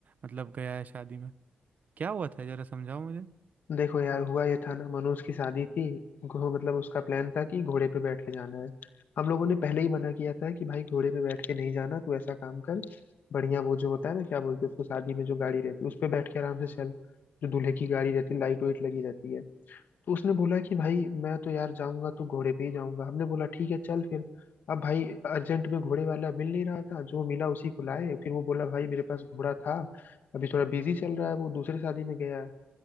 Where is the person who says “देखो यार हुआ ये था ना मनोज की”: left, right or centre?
Left